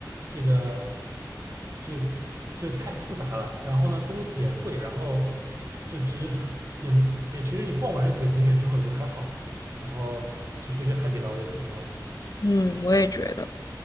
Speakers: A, on the right; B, on the left.
A: 这个就就太复杂了，然后呢东西也贵，然后就只 <laughs> 也也其实你逛完了几个景点之后也就还好，然后就确实海底捞就挺好的，
B: 嗯，我也觉得。